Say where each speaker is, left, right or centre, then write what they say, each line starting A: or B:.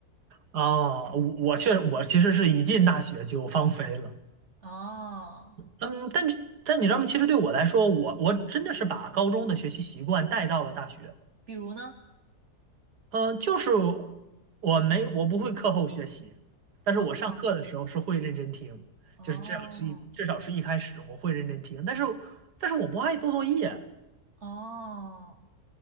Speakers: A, on the right; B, on the right.
A: 啊，我我确我其实是一进大学就放飞了。
B: 哦，
A: 嗯，但是但你知道吗？其实对我来说，我我真的是把高中的学习习惯带到了大学。
B: 比如呢？
A: 嗯，就是我没我不会课后学习，但是我上课的时候是会认真听，
B: 哦哦
A: 就是至少至至少是一开始我会认真听，但是但是我不爱做作业
B: 哦，